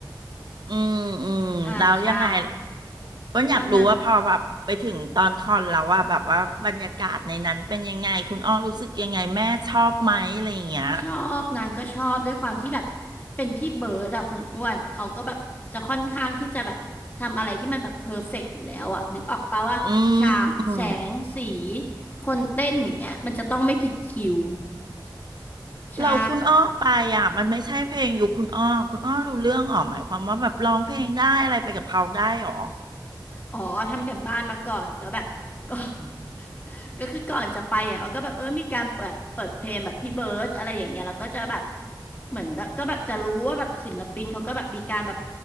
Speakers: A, on the right (about 60°); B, on the left (about 20°).
A: อมอืมอืมแล้วยังไง
B: อ่าใช่
A: ก็อยากรู้ว่าพอแบบไปถึงตอนคอนแล้วว่าแบบว่าบรรยากาศในนั้นเป็นยังไงคุณอ้อรู้สึกยังไงแม่ชอบไหมอะไรอย่างเงี้ย
B: ตอนนั้น ชอบนางก็ชอบด้วยความที่แบบเป็นพี่เบิร์ดอะคุณอ้วนเขาก็แบบจะค่อนข้างที่จะแบบทำอะไรที่มันแบบเพอร์เฟกต์อยู่แล้วอะนึกออกปะว่าฉากแสงสี
A: อืม
B: คนเต้นอย่างเงี้ยมันจะต้องไม่ผิดคิวใช่
A: เราคุณอ้อไปอ่ะมันไม่ใช่เพลงยุคคุณอ้อคุณอ้อรู้เรื่องหรอหมายความว่าแบบร้องเพลงได้อะไรไปกับเขาได้หรอ
B: อ๋อทำกันบ้านมาก่อนก็แบบ <laughs> ก่อน <laughs> ก็คือก่อนจะไปอ่ะเอาก็แบบเออมีการเปิดเปิดเพลงแบบพี่เบิร์ดอะไรอย่างเงี้ยแล้วก็จะแบบเหมือนแบบก็แบบจะรู้ว่าแบบศิลปินเขาก็แบบมีการแบบ